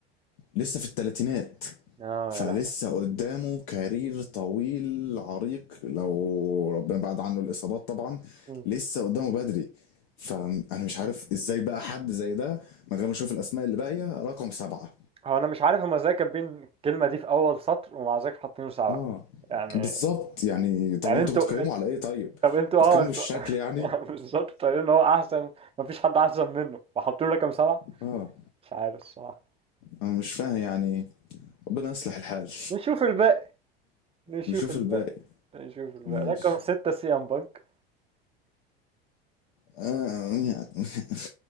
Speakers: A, on the left; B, on the right.
A: لسه في الثلاثينات
B: آه
A: فلسه
B: يا لهوي
A: قدامه كارير طويل عريق لو ربنا بعد عنه الاصابات طبعا
B: مم.
A: لسه قدامه بدري فانا مش عارف ازاي بقى حد زي ده من غير ما اشوف الاسماء اللي باقيه رقم سبعة
B: هو أنا مش عارف هما إزاي كاتبين الكلمة دي في أول سطر ومع ذلك حاطينه سبعة
A: اه
B: يعني
A: بالظبط يعني طب
B: يعني
A: انتوا
B: أنتوا
A: بتقيموا على ايه طيب
B: طب انتوا
A: بتقيموا
B: اه انتوا
A: بالشكل يعني
B: <laughs> بالظبط طالعين ان هو احسن مفيش حد احسن منه وحاطين رقم سبعة
A: اه
B: مش عارف الصراحة
A: انا مش فاهم يعني ربنا يصلح الحال
B: نشوف الباقي نشوف
A: نشوف
B: الباقي
A: الباقي
B: نشوف الباقي
A: ماشي
B: رقم ستة سي ام بانك
A: آه يعني <laughs>